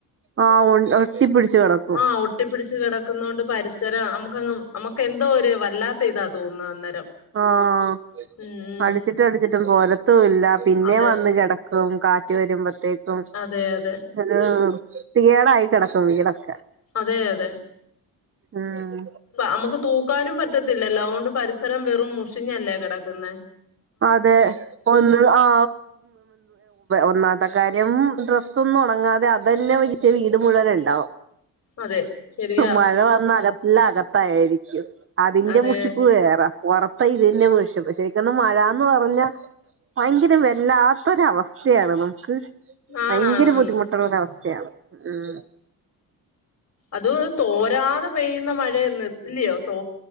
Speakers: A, on the right; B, on the left.
A: ആഹ് ഒ ഒട്ടിപ്പിടിച്ച് കിടക്കും
B: ആ ഒട്ടിപ്പിടിച്ചു കിടക്കുന്ന കൊണ്ട് പരി സരം നമുക്കങ്ങ് നമുക്ക് എന്തോ ഒരു വല്ലാത്ത ഇതാ തോന്നുന്നത് അന്നേരം.
A: ആഹ്..
B: ഉം ഉം
A: അടിച്ചിട്ടും അടിച്ചിട്ടും പോരത്തും ഇല്ല പിന്നെ
B: അതെ
A: വന്ന് കിട ക്കും കാറ്റ് വരുമ്പോത്തേക്കും
B: അതെ അതെ
A: ഒരു വൃത്തികേടായി കിടക്കും വീടൊക്കെ
B: അതെ അതെ
A: ഉം
B: നമുക്ക് തൂക്കാനും പറ്റത്തില്ലല്ലോ അതുകൊണ്ട് പരിസരം വെറുംമുഷി ഞല്ലേ കിടക്കുന്നെ.
A: അതെ ഒന്ന് ആ ഒന്നമതേ കാര്യം ഡ്രസ്സോന്നും ഒണങ്ങാതെ അതന്നെ വലിച്ച് വീട് മുഴുവൻ ഇണ്ടാവും.
B: അതെ ശരിയാ
A: മഴ വന്ന അകത് എല്ലാ അകത് ത്തായിരിക്കും... അതിന്റെ
B: അതെ
A: മുഷിപ്പ് വേറെ പൊറത്തെ ഇതിന്റെ മുഷിപ്പ് ശരിക്കൊന്നും മഴന്ന് പറഞ്ഞാ ഭയങ്കര വല്ലാത്തൊരവസ്ഥയാണ് നമുക്ക്..
B: ആണാണാണ്
A: ഭയങ്കര ബുദ്ധിമുട്ടുള്ളൊരവസ്ഥയാണ്. ഉം.
B: അതും തോരാതെ പെയ്യുന്ന മഴെന്ന്.. ഇല്യോ തോ